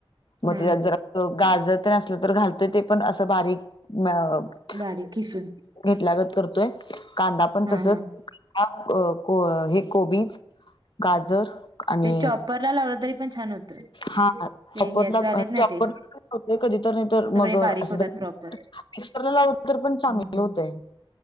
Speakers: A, on the left (about 55°); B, on the right (about 50°).
A: मग
B: हम
A: त्यात जर गाजर तर असलं तर घालतं ते पण असं बारीक <inaudible>
B: बारीक किसून
A: घेतल्यागत करतोय कांदा पण
B: हा
A: तसचं
B: हा
A: आ अन् को हे कोबीज गाजर आणि
B: ते चॉपरला लावलं तरी पण छान होतं
A: हा <inaudible>
B: ते
A: चाॅपर
B: ह्याच आलेत ना ते
A: तय कधी तर नाही तर
B: सगळे
A: मग
B: बारीक
A: असं
B: होतात
A: जर
B: प्रॉपर
A: मिक्सरला लावत तरी पण चांगलं
B: हम्म हम्म
A: होतय